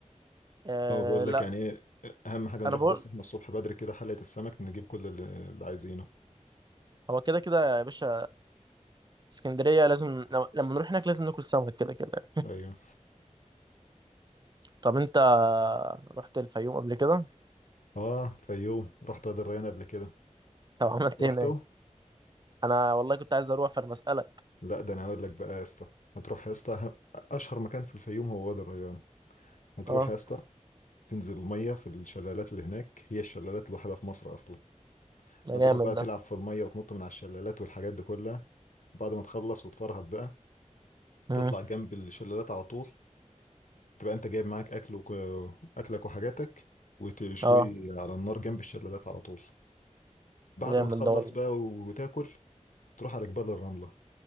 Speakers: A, on the right (about 35°); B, on the left (about 80°).
A: آه
B: اه بقول لك
A: لا
B: يعني ايه اهم حاجه نروح
A: انا بقول
B: بس احنا الصبح بدري كده حلقه السمك نجيب كل اللي, اللي عايزينه
A: هو كده كده يا باشا اسكندريه لازم لو- لما نروح هناك لازم ناكل سمك كده كده
B: ايوه
A: طب انت رحت الفيوم قبل كده
B: اه فيوم رحت وادي الريان قبل كده
A: طب عملت
B: انت رحته
A: ايه هناك انا والله كنت عايز اروح فانا بسألك
B: لا ده انا اقول لك بقى يا اسطى هتروح يا اسطى ه- اشهر مكان في الفيوم هو وادي الريان هتروح
A: اه
B: يا اسطى تنزل الميه في الشلالات اللي هناك هي الشلالات الوحيده في مصر اصلا
A: ده
B: هتروح
A: جامد
B: بقى تلعب
A: ده
B: في الميه وتنط من على الشلالات والحاجات دي كلها بعد ما تخلص وتفرهد بقى
A: مم.
B: تطلع جنب الشلالات على طول تبقى انت جايب معاك اكل وك... اكلك وحاجاتك وتشويه
A: اه
B: على النار جنب الشلالات على طول بعد
A: جامد
B: ما تخلص
A: ده والله
B: بقى وتاكل تروح على جبال الرملة